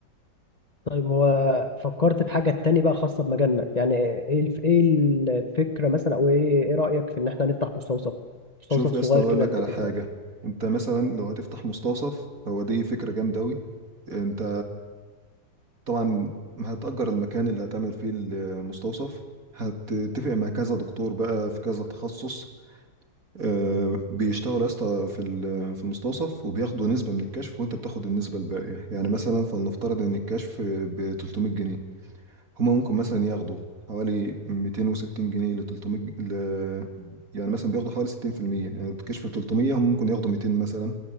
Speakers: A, on the left; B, on the right.
A: طيب هو فكرت في حاجة تاني بقى خاصة بمجالنا يعني ايه الف... ايه الفكرة مثلا او ايه ايه رأيك في ان احنا نفتح مستوصف مستوصف
B: شوف يا
A: صغير
B: اسطى هقول
A: كده
B: لك
A: للدكاترة
B: على حاجه انت مثلا لو هتفتح مستوصف هو دي فكره جامده قوي انت طبعا هتأجر المكان اللي هتعمل فيه المستوصف هتتفق مع كذا دكتور بقى في كذا تخصص آه، بيشتغلوا يا اسطى في ال- في المستوصف وبياخدوا نسبة من الكشف وانت بتاخد النسبة الباقية يعني مثلا فلنفترض ان الكشف ب 300 جنيه هما ممكن مثلا ياخدوا حوالي 260 جنيه ل 300 ج- ل... يعني مثلا بياخدوا حوالي 60% يعني الكشف ب 300 هم ممكن ياخدوا 200 مثلا